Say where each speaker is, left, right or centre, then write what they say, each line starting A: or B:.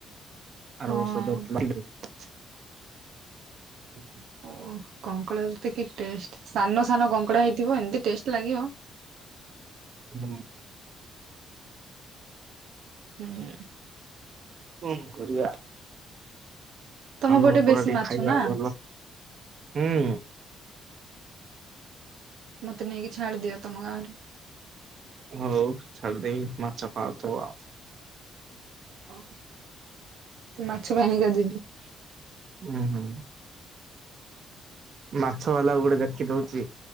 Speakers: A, on the right; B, on the right.
A: ଆର
B: ହଁ
A: ବର୍ଷ ଧରିଥି <unintelligible>
B: ଓଃ କଙ୍କଡ଼ା <unintelligible> କି ଟେଷ୍ଟ। ସାନ ସାନ କଙ୍କଡା ହେଇଥିବ ଏମତି ଟେଷ୍ଟ ଲାଗିବ।
A: ହୁଁ।
B: ହୁଁ।
A: କଁ କରିବା।
B: ତମ
A: ଆମର
B: ପଟେ
A: ପରା
B: ବେଶୀ
A: ଟିକେ
B: ମାଛ
A: ଖାଇବା
B: ନା
A: ଭଲ ହୁଁ।
B: ମତେ ନେଇକି ଛାଡି ଦିଅ ତମ ଗାଁରେ।
A: ହୋଉ ଛାଡ଼ିଦେବି ମାଛ ଖାଉଥିବ ଆଉ।
B: ଅ ମାଛ ପାଇଁ କା ଯିବି।
A: ଓହୋ। ମାଛ ବାଲା ଗୋଟେ ଦେଖି ଦୋଉଚି